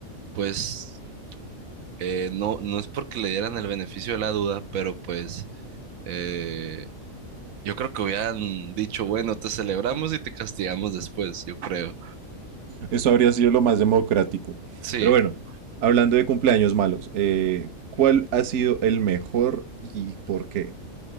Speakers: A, on the right; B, on the right.
A: pues, eh, no, no es porque le dieran el beneficio de la duda, pero pues, eh, yo creo que hubieran dicho, bueno, te celebramos y te castigamos después, yo creo.
B: Eso habría sido lo más democrático.
A: Sí.
B: Pero bueno, hablando de cumpleaños malos, eh, ¿cuál ha sido el mejor y por qué?